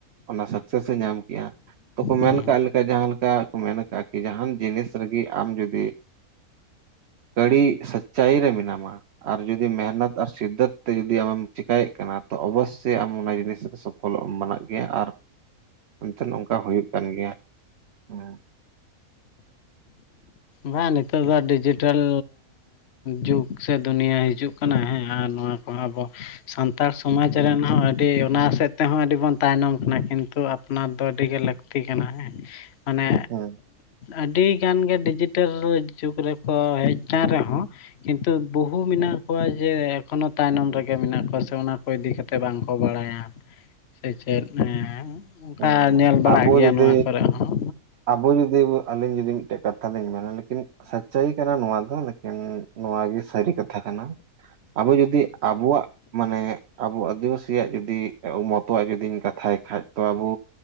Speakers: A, on the right; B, on the left.
A: ᱚᱱᱟ ᱥᱟᱠᱥᱮᱥᱮ ᱧᱟᱢ ᱠᱮᱜᱼᱟ ᱛᱚ ᱠᱚ
B: ᱦᱩᱸ
A: ᱢᱮᱱ ᱠᱟᱜ
B: ᱦᱩᱸ
A: ᱞᱮᱠᱟ ᱡᱟᱦᱟᱸ ᱞᱮᱠᱟ᱾ ᱢᱮᱱ ᱟᱠᱟᱜᱼᱟ ᱠᱤ ᱡᱟᱦᱟᱱ ᱡᱤᱱᱤᱥ ᱨᱮᱜᱤ ᱟᱢ ᱡᱩᱫᱤᱼᱼ ᱟᱹᱲᱤ ᱥᱟᱪᱪᱟᱭᱤ ᱨᱮ ᱢᱮᱱᱟᱢᱟ ᱟᱨ ᱡᱩᱫᱤ ᱢᱮᱦᱱᱟᱛ ᱥᱤᱫᱽᱫᱟᱹᱛ ᱛᱮ ᱡᱩᱫᱤ ᱟᱢᱮᱢ ᱪᱮᱠᱟᱭᱮᱫ ᱠᱟᱱᱟ ᱛᱚ ᱚᱵᱚᱥᱥᱳᱭ ᱟᱢ ᱚᱱᱟ ᱡᱤᱱᱤᱥ ᱥᱚᱯᱷᱚᱞᱚᱜ ᱮᱢ ᱵᱟᱱᱟᱜ ᱜᱮᱭᱟ ᱟᱨᱼᱼ ᱚᱱᱛᱮ ᱱᱚᱝᱠᱟ ᱦᱩᱭᱩᱜ ᱠᱟᱱ ᱜᱮᱭᱟ ᱦᱟᱸ
B: ᱵᱟ ᱱᱤᱛᱼᱼ ᱱᱤᱛᱚᱜ ᱫᱚ ᱰᱤᱡᱤᱴᱮᱞ ᱡᱩᱜᱽ ᱥᱮ ᱫᱩᱱᱤᱭᱟ ᱦᱤᱡᱩᱜ ᱠᱟᱱᱟ ᱦᱮᱸ ᱟᱨ ᱱᱚᱶᱟ ᱠᱚ ᱦᱚᱸ ᱟᱵᱚᱼᱼ ᱥᱟᱱᱛᱟᱲ ᱥᱚᱢᱟᱡᱽ ᱨᱮᱱ ᱦᱚᱸ ᱟᱹᱰᱤ ᱚᱱᱟ ᱥᱮᱫ ᱛᱮᱦᱚᱸ ᱟᱹᱰᱤ ᱵᱚᱱ ᱛᱟᱭᱱᱚᱢ ᱠᱟᱱᱟ ᱠᱤᱱᱛᱩᱼᱼ ᱚᱱᱟ ᱫᱚ ᱟᱹᱰᱤ ᱜᱮ ᱞᱟᱹᱠᱛᱤ ᱠᱟᱱᱟ ᱦᱮᱸ ᱢᱟᱱᱮᱼᱼ
A: ᱦᱮᱸ
B: ᱟᱹᱰᱤ ᱜᱟᱱ ᱜᱮ ᱰᱤᱡᱤ ᱴᱮᱞ ᱡᱩᱜᱽ ᱨᱮᱠᱚ ᱦᱮᱡ ᱠᱟᱱ ᱨᱮᱦᱚᱸ ᱠᱤᱱᱛᱩ ᱵᱟᱹᱦᱩ ᱢᱮᱱᱟᱜ ᱠᱚᱣᱟ ᱡᱮ ᱮᱠᱷᱚᱱᱚ ᱛᱟᱭᱱᱚᱢ ᱨᱮᱜᱮ ᱢᱮᱱᱟᱜ ᱠᱚᱣᱟ ᱥᱮ ᱚᱱᱟ ᱠᱚ ᱤᱫᱤ ᱠᱟᱛᱮᱼᱼ ᱛᱮ ᱵᱟᱝ ᱠᱚ ᱵᱟᱲᱟᱭᱟ ᱥᱮ ᱪᱮᱫ ᱦᱮᱸ ᱚᱝᱠᱟ
A: ᱦᱮᱸ
B: ᱧᱮᱞ ᱵᱟᱲᱟᱜ
A: ᱟᱵᱚ
B: ᱜᱮᱭᱟ
A: ᱡᱩᱫᱤ
B: ᱱᱚᱣᱟ ᱠᱚᱨᱮ ᱦᱚᱸ
A: ᱟᱵᱚ ᱡᱩᱫᱤ ᱟᱹᱞᱤᱧ ᱡᱩᱫᱤ ᱢᱤᱫᱴᱮᱱ ᱠᱟᱛᱷᱟ ᱞᱤᱧ ᱢᱮᱱᱟ ᱞᱤᱠᱤᱱᱼᱼ ᱥᱟᱪᱪᱟᱭᱤ ᱠᱟᱱᱟ ᱱᱚᱣᱟ ᱫᱚ ᱞᱮᱠᱤᱱ ᱱᱚᱣᱟ ᱜᱮ ᱥᱟᱹᱨᱤ ᱠᱟᱛᱷᱟ ᱠᱟᱱᱟ᱾ ᱟᱵᱚ ᱡᱩᱫᱤ ᱟᱵᱚᱣᱟᱜᱼᱼ ᱢᱟᱱᱮ ᱟᱵᱚ ᱟᱹᱫᱤᱵᱟᱹᱥᱤᱭᱟᱜ ᱡᱩᱫᱤ ᱟᱵᱚ ᱢᱚᱛᱚᱣᱟᱜ ᱡᱩᱫᱤᱧ ᱠᱟᱛᱷᱟᱭ ᱠᱷᱟᱡ ᱛᱚ ᱟᱵᱚᱼᱼ